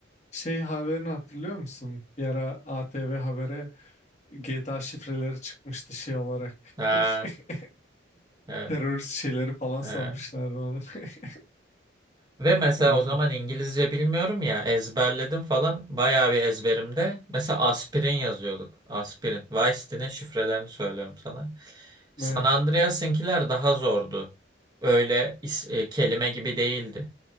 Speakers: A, on the left; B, on the right.
A: Şey haberini hatırlıyor musun? Bir ara ATV Haber'e GTA şifreleri çıkmıştı şey olarak.
B: Ha,
A: <laughs>
B: evet,
A: Terörist şeyleri falan
B: evet.
A: sanmışlardı onu. <laughs>
B: Ve mesela
A: Ha,
B: o zaman İngilizce bilmiyorum ya ezberledim falan bayağı bir ezberimde. Mesela aspirin yazıyorduk. Aspirin. Vice City'nin şifrelerini söylüyorum sana. San
A: evet.
B: Andreas'ınkiler daha zordu. Öyle is- e, kelime gibi değildi.